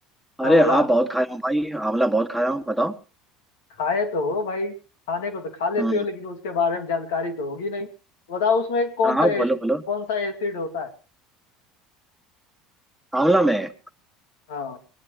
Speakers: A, in the centre; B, on the left (about 80°).
A: अरे
B: आंवला
A: हाँ बहुत खाया हूँ भाई आंवला बहुत खाया हूँ बताओ
B: खाए तो हो भाई खाने को तो खा लेते
A: हम्म
B: हो लेकिन उसके बारे में जानकारी तो होगी नहीं बताओ उसमें कौन
A: हाँ
B: सा
A: हाँ
B: एस,
A: बोलो बोलो
B: कौन सा एसिड होता है
A: आंवला में
B: हाँ